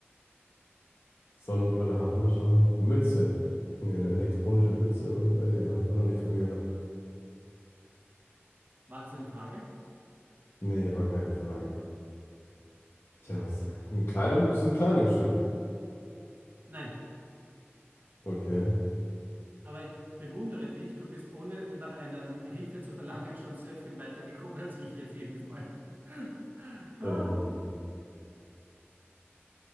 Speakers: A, on the left; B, on the right.
A: Sonnenbrille hatten wir schon. Mütze. Nee, eine elektronische Mütze? Weiß ich noch, hab ich auch noch nicht von gehört.
B: War das eine Frage?
A: Nee, war keine Frage. Tja, was, ein Kleidung, bist du ein Kleidungsstück?
B: Nein.
A: Okay.
B: Aber ich bewundere dich, du bist ohne nach einer Hilfe zu verlangen schon sehr viel weiter gekommen als ich jetzt jedes Mal. <laughs> Ah.
A: Ähm,